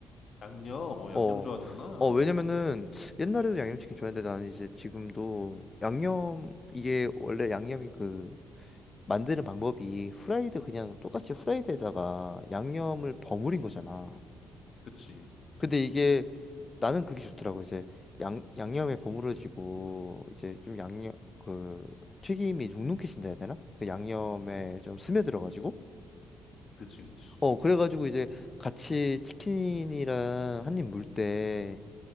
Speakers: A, on the left; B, on the left.
A: 양념, 어,
B: 어,
A: 양념 좋아하는구나.
B: 어, 왜냐면은 옛날에도 양념치킨 좋아했는데 나는 이제 지금도
A: 음,
B: 양념, 이게 원래 양념이 그 만드는 방법이 후라이드 그냥 똑같이 후라이드에다가 양념을
A: 음.
B: 버무린 거잖아.
A: 그치.
B: 근데 이게 나는 그게 좋더라고. 이제 양, 양념에 버무려지고 이제 좀
A: 음,
B: 양념, 그 튀김이 눅눅해진다 해야 되나? 그 양념에
A: 음.
B: 좀 스며들어가지고
A: 그치, 그치.
B: 어, 그래가지고 이제 같이 치킨이랑 한입 물 때,